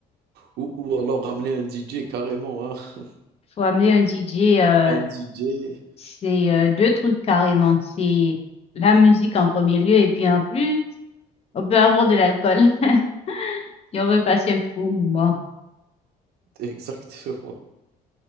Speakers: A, on the right (about 75°); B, on the left (about 35°).
A: Ou, ou alors ramener un DJ carrément, hein. <laughs>
B: Faut amener un DJ, euh,
A: Un DJ.
B: c'est euh, deux trucs carrément. C'est la musique en premier lieu et puis en plus, on peut avoir de l'alcool <laughs> si on veut passer un bon moment.
A: Exactement.